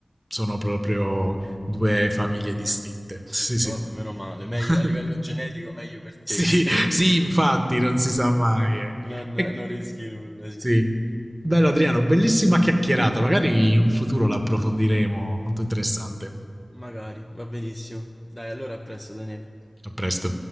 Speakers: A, on the right (about 15°); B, in the centre.
A: sono proprio due famiglie
B: Non
A: distinte. Sì,
B: okay,
A: sì.
B: vabbè, meno male. Meglio
A: <laughs>
B: a livello genetico meglio per
A: sì,
B: te così <laughs>
A: sì, infatti, non si sa mai. eh.
B: non
A: E,
B: non rischi nulla, sì.
A: sì. Bello Adriano, bellissima chiacchierata, magari in un futuro l'approfondiremo, molto interessante.
B: Magari, va benissimo. Dai, allora a presto, Daniele.
A: A presto.